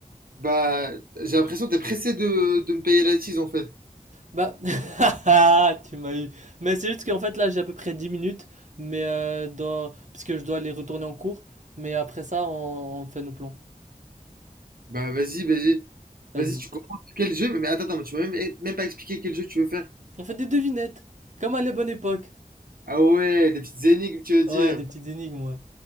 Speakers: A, on the right; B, on the right.
A: Bah, j'ai l'impression que t'es pressé de, de me payer la tease en fait.
B: Bah, <laughs> ah, tu m'as eu. Mais c'est juste qu'en fait, là, j'ai à peu près 10 minutes. Mais euh, dans... Parce que je dois aller retourner en cours. Mais après ça, on on fait nos plans.
A: Bah, vas-y, vas-y.
B: Vas-y.
A: Vas-y, tu comprends quel jeu? Mais mais attends, attends, mais tu m'as même, eh, même pas expliqué quel jeu tu veux faire.
B: On fait des devinettes, comme à la bonne époque.
A: Ah ouais, des petites énigmes, tu veux dire.
B: Ouais, des petites énigmes, ouais.